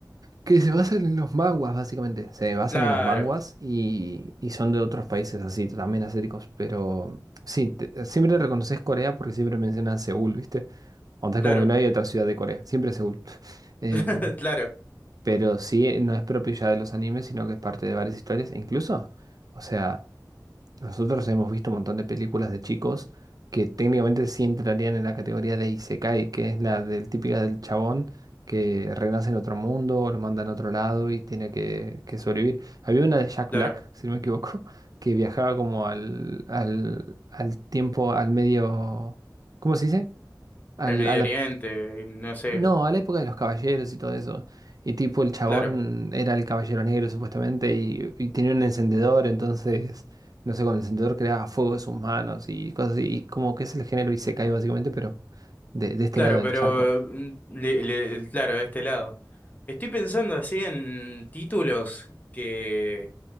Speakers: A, on the right; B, on the left.
A: Que se basan en los manguas, básicamente. Se basan
B: Claro,
A: en los manguas y, y son de otros países así, también asiáticos. Pero sí, te- siempre reconoces Corea porque siempre mencionan Seúl, ¿viste? O sea,
B: claro,
A: como que no hay otra ciudad de Corea, siempre Seúl. <laughs> Em,
B: <laughs> claro,
A: pero sí, no es propio ya de los animes, sino que es parte de varias historias. E incluso, o sea. Nosotros hemos visto un montón de películas de chicos que técnicamente sí entrarían en la categoría de Isekai, que es la del típica del chabón que renace en otro mundo o lo mandan a otro lado y tiene que, que sobrevivir. Había una de Jack
B: claro.
A: Black, si no me equivoco, <laughs> que viajaba como al, al, al tiempo, al medio, ¿cómo se dice? Al,
B: al Medio
A: a la-
B: Oriente, no sé,
A: no, a la época de los caballeros y todo eso. Y tipo, el chabón
B: claro,
A: era el caballero negro supuestamente y, y tenía un encendedor, entonces, no sé, con el encendedor creaba fuego de sus manos y cosas así. Y como que es el género isekai básicamente, pero de, de este
B: claro,
A: lado del
B: pero
A: charco.
B: mm, le- le- claro, de este lado. Estoy pensando así en títulos que,